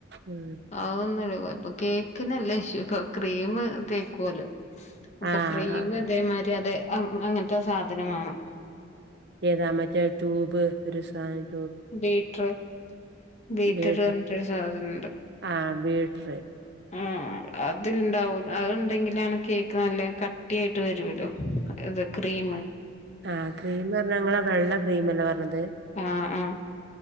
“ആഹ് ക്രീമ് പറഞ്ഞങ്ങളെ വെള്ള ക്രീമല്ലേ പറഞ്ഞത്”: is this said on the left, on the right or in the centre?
Right